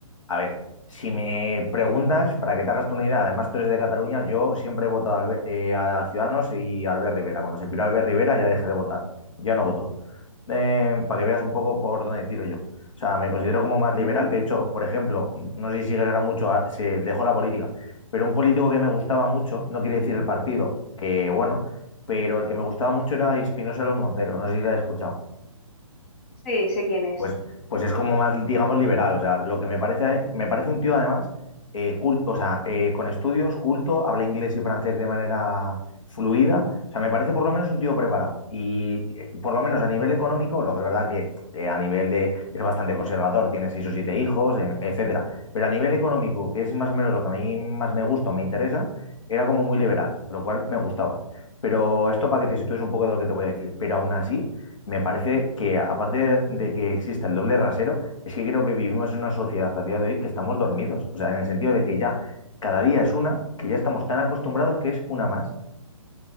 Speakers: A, on the left (about 65°); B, on the left (about 20°).
A: a ver, si me preguntas, para que te hagas tú una idea, además tú eres de Cataluña, yo siempre he votado al B- eh, a Ciudadanos y a Albert Rivera. Cuando se piró Albert Rivera ya dejé de votar, ya no voto. Eh, para que veas un poco por dónde tiro yo. O sea, me considero como más liberal.
B: Ujú.
A: De hecho, por ejemplo, no sé si sigues ahora mucho, a- se dejó la política, pero un político que me gustaba mucho, no quiere decir el partido, que bueno pero el que me gustaba mucho era Espinosa de los Monteros, no sé si lo has escuchado.
B: Sí, sé quién es,
A: Pues, pues es como más, digamos, liberal. O sea, lo que me parece, me parece un tío además, eh, cul- o sea, eh, con estudios, culto, habla inglés y francés de manera fluida. O sea, me parece por lo menos un tío preparado. Y eh, por lo menos a nivel económico, lo que es verdad que eh, a nivel de es bastante conservador, tiene seis o siete hijos, eh, etcétera. Pero a nivel económico, que es más o menos lo que a mí más me gusta o me interesa, era como muy liberal, lo cual me gustaba. Pero esto para que te sitúes un poco de lo que te voy a decir. Pero aún así me parece que, aparte de, de que exista el doble rasero, es que creo que vivimos en una sociedad a día de hoy que estamos dormidos. O sea, en el sentido de que ya cada día es una, que ya estamos tan acostumbrados que es una más.